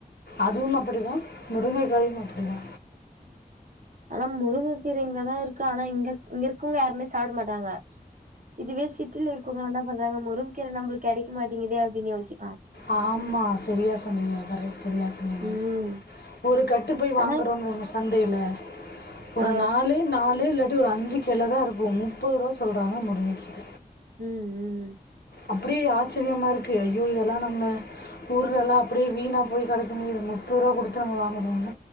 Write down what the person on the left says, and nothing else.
அதுவும் அப்டிதா முருங்கைக்காயும் அப்டிதா
ஆமா சரியா சொன்னீங்க கரெக்ட் சரியா சொன்னீங்க
ஒரு கட்டு போய்
வாங்கறோம்னு வைங்க தந்தயில ஒரு
நாலு நாலு ல ட்டு ஒரு அஞ்சி கிழ தா இருக்கும் முப்பது ரூபா சொல்றாங்க முருங்கைக்கீர
அப்டியே ஆச்சரியமா இருக்கு ஐயோ இதெல்லாம் நம்ம ஊர்லயெல்லாம் அப்டியே வீணா போய் கிடக்குமே முப்ப ரூவா குடுத்து நம்ம வாங்கறோங்க